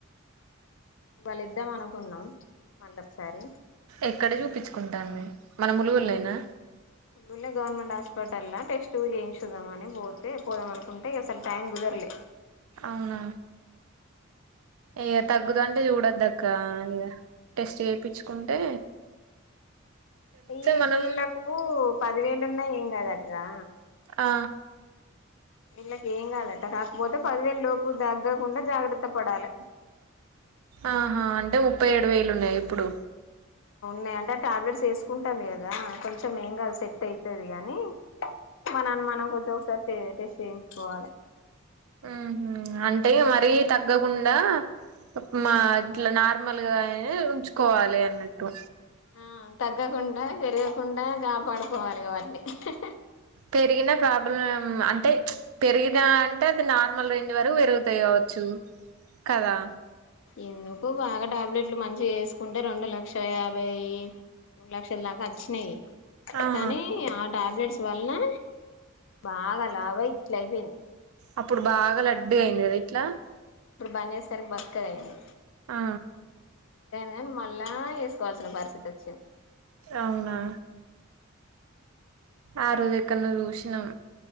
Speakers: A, on the left; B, on the right.
A: ఇవాళ్ళిద్దాం అనుకున్నాం. మళ్ళ ఒకసారి
B: ఎక్కడ చూపించుకుంటాన్నవ్ మన ములుగుల్లెనా?
A: ములగ్ గవర్నమెంట్ హాస్ హాస్పిటల్లా టెస్టులు చేయించుకుందామని పోతే, పోదామనుకుంటే ఇగ అసలు టైం కుదరలే.
B: అవునా ఇగ తగ్గదు అంటే చూడదు అక్క ఇగ టెస్ట్ చేయించుకుంటే
A: ఈ
B: మనం
A: వీళ్ళలకు పదివేలున్నా ఏం కాదట్రా.
B: ఆ
A: ఇళ్ళకి ఏం కాదట కాక్ పోతే పదివేల్ లోపు దగ్గకుండా జాగ్రత్త పడాలే
B: ఆహా అంటే ముప్పై ఏడు వేలున్నాయి ఇప్పుడు.
A: నే అంటే టాబ్ లేట్స్ ఎసుకుంటానే గదా కొంచమ్ ఏం కాద్ సెట్ అయితది గానీ మన అన్ మనమ్ కొద్దో ఒక్ సార్ టే టెస్ట్ చేయించుకోవాలే
B: ఉహుమ్ అంటే మరీ తగ్గగుండా మా ఇట్లా నార్ మల్ గాయినే ఉంచుకోవాలి అన్నట్టు
A: ఆ తగ్గకుండా పెరగకుండా గాపాడుకోవాలి వాట్ ని హ్
B: పెరిగిన ప్రాబ్ లమ్ అంటే చ్ పెరిగినా అంటే అద్ నార్ మాల్ రేంజ్ వరు ఎరుగుతాయి గావోచ్చు కదా
A: ఎందుకు బాగా టాబ్ లేట్లు మంచి ఎస్ కుంటే రొండు లక్ష యాభై ఇ మూడ్ లక్షల్ దాకా అచ్చినాయి
B: ఆ
A: కానీ ఆడ్ టాబ్ లెట్లు వాల్ నా బాగా లవాయి ఇట్లు అయిపెంద్
B: అప్పుడు బాగా లడ్డుగా అయింది కదా ఇట్లా
A: ఇపుడు బాన్ జేస్తరు కి బక్కగాయింది
B: ఆ అ
A: కాన్ మళ్ళా ఎస్ కోల్ సిన పర్ స్థితి ఓచిన్
B: ఔనా ఆ రోజ్ ఎక్కన్ నో జుష్ నాం